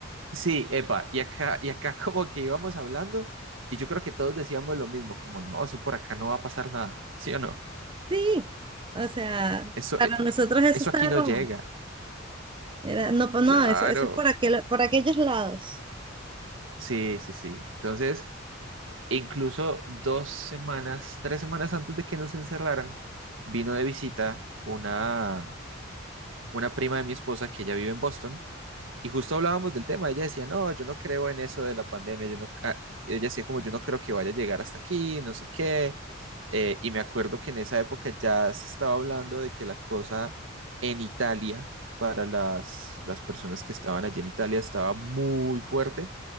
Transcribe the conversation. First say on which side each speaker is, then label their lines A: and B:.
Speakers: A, on the right (about 75°); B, on the right (about 25°).
A: Sí, epa, y acá, y acá <laughs> como que íbamos hablando y yo creo que todos decíamos lo mismo, como no, eso por acá no va a pasar nada, ¿sí o no?
B: Sí, o sea,
A: Eso,
B: para
A: eh,
B: nosotros eso
A: eso
B: estaba
A: aquí no
B: como,
A: llega.
B: era, no, pues no,
A: Claro.
B: eso, eso es por aquel, por aquellos lados.
A: Sí, sí, sí. Entonces, incluso dos semanas, tres semanas antes de que nos encerraran, vino de visita una, una prima de mi esposa que ella vive en Boston y justo hablábamos del tema, ella decía, no, yo no creo en eso de la pandemia, yo no, ah, ella decía como yo no creo que vaya a llegar hasta aquí, no sé qué. Eh, y me acuerdo que en esa época ya se estaba hablando de que la cosa en Italia, para las, las personas que estaban allí en Italia, estaba muy fuerte,